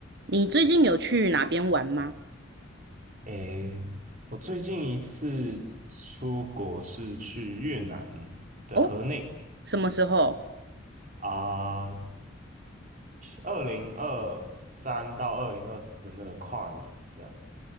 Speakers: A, on the right; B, on the right.
A: 你最近有去哪边玩吗？
B: 诶，我最近一次出国是去越南的河内
A: 哦什么时候？
B: 啊，二零二三到二零二四的那个跨年这样。